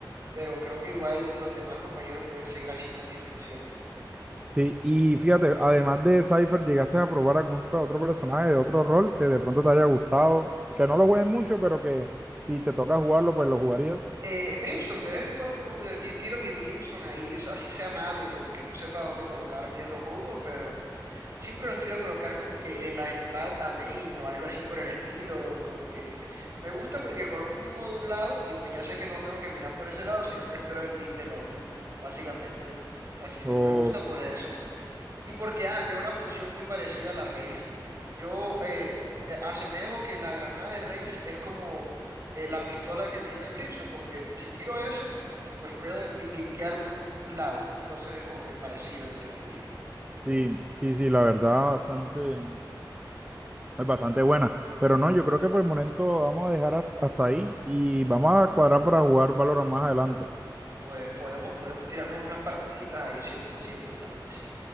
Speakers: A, on the right (about 40°); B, on the right (about 15°).
A: pero creo que igual los demás compañeros pueden seguir haciendo mi función.
B: Sí, y fíjate, además de Cypher, ¿llegaste a probar algún pro- otro personaje de otro rol que de pronto te haya gustado? Que no lo jueguen mucho, pero que si te toca jugarlo, pues lo jugarías.
A: Eh, Brimstone, de vez en cuando uh, ti- tiro mi Brimstone ahí, así sea malo y como que no sepa dónde colocar bien los humos, pero siempre los tiro a colocar como que en las entradas a main o algo así por el estilo, como que me gusta porque coloco un humo de un lado y pues ya sé que no tengo que mirar por ese lado, sino que espero el pick del otro, básicamente. Así me,
B: O,
A: me gusta por eso. Y porque ah, tiene una función muy parecida a la raíz. Yo eh, eh, asemejo que la granada de raíz es como eh, la pistola que tiene el Brimstone, como que si tiro eso, pues puedo li- limpiar un, un- un lado. Entonces es como que parecido, entre comillas.
B: Sí, sí, sí, la verdad bastante, es bastante buena. Pero no, yo creo que por el momento vamos a dejar hasta hasta ahí y vamos a cuadrar para jugar Valorant más adelante.
A: Pode- podemos, podemos tirarnos unas partiditas ahí 100%, claro que sí.